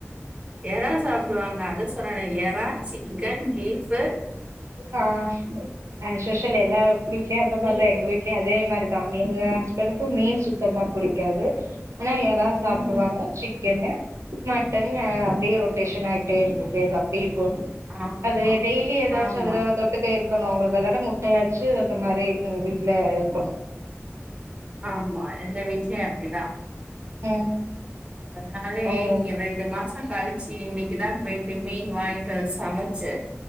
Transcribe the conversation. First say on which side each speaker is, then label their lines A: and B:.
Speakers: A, on the right (about 20°); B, on the right (about 80°).
A: இறா சாப்பிடுவாங்க இதா சொன்னனே இறா சிக்கன் பிப்ஃ
B: ஆஹ் ஆஹ் சோஷல் எல்லா வீட்லே அந்த மாரி
A: மீன்
B: தான் எங்க வீட்டிலிம் அதே அது தான் எங்க ஹஸ்பண்டுக்கும் மீன் சுத்தமா பிடிக்காது ஆனா இறா சாப்பிடுவாங்க
A: ம்
B: சிக்கன்னு மட்டன் அப்படியே ரொட்டேஷன் ஆயிட்டே இருக்கு இது அப்படி
A: ஆமா
B: அது டேய்லி ஏதாச்சு
A: ஆமா
B: அதவிட தொட்டு இருக்கு இருக்கணும் உங்களுக்கு விளாட முட்டையாச்சு அந்த மாரி வீட்ல இருக்கணும்
A: ஆமா எந்த வீட்ல அப்டிதான்
B: ம்
A: அதுனாலே
B: ம்
A: இ ரெண்டு மாசம் கழிச்சி இதா பேயிட்டு மீன் வாங்கிட்டு வந்து சமச்சி